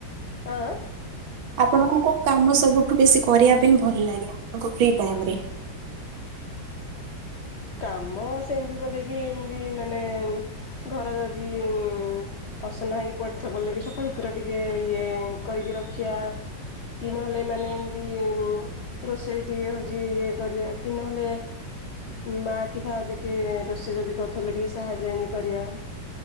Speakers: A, on the left (about 75°); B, on the right (about 90°).
A: ଆଁ।
B: ଆପଣଙ୍କୁ କୋଉଁ କାମ ସବୁଠୁଁ ବେଶୀ କରିବା ପାଇଁ ଭଲ ଲାଗେ ଆପଣଙ୍କ ଫ୍ରି ଟାଇମରେ?
A: କାମ ସେମିତି ବୋଲି କି ଇଁ ମଁ ଏମିତି ମାନେ ଘର ଯଦି ମଁ ଅସନା ହେଇକି ପଡିଥିବ ବୋଲିକି ସଫାସୁତୁରା ଟିକେ ଇଏ କରିକି ରଖିବା। କି ନହେଲେ ମାନେ ଏମିତି ରୋଷେଇ ଟିକେ ହଉଛି ଇଏ କରିବା କି ନହେଲେ? ମା କି ଭାଉଜ କିଏ ରୋଷେଇ ଯଦି କରୁଥିଲେ ଟିକେ ସାହାଯ୍ୟ ଏମିତି କରିବା।